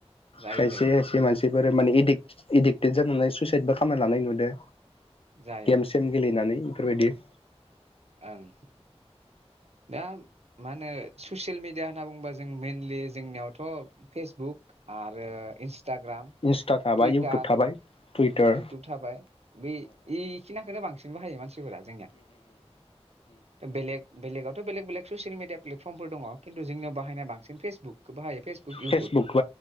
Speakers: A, on the right; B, on the left.
A: जायो
B: खायसे
A: जायो
B: खायसे मानसि <unintelligible> माने एदिक्टेड जानानै सुइसाइदबो खामना लानाय नुदो।
A: जायो
B: गेम सेम गेलेनानै। बेफोरबायदि
A: ओं दा मा होनो ससियेल मिडिया होनना बुंङोबा जों मइेनलि जोंनियावथ' फेसबुक आरो इन्सटाग्राम
B: इन्सटा थाबाय
A: टुइटार
B: इउटुब थाबाय टुइटार
A: इउटुब थाबाय बै इखिनाखोनो बांसिन बाहायो मानसिफोरा जोंनिया बेलेग बेलेगाथ बेले बेलग ससियेल मिडिया प्लेफर्मफोर दङ खिन्थु जोंनि बायनाय बांसिन फेसबुकखौ बाहायो फेसबुक इउटुब
B: फेसबुक